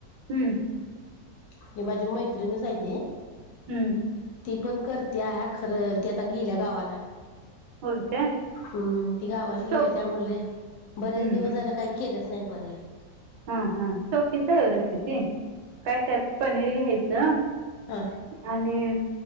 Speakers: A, on the right; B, on the left.
A: हम्म
B: आणि माझी मैत्रिणच हाय ती
A: हूं
B: ती पण करत्या, खरं ती आता गेल्या गावाला.
A: होय काय.
B: हम्म, ती गावाला
A: सोप
B: गेल्या त्यामुले, बरेच
A: हम्म
B: दिवस
A: हम्म
B: झाले काय केलंच नाय पनीर.
A: हा, हा सोपीच हाय ओ रेसिपी, काय त्यात पनीर घ्यायचं.
B: हा
A: आणि